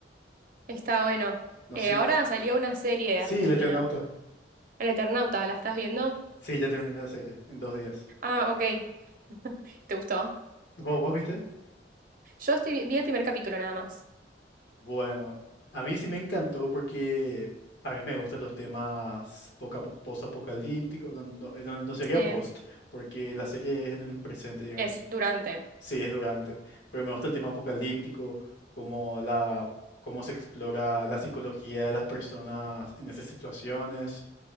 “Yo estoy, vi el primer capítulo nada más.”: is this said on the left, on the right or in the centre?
Right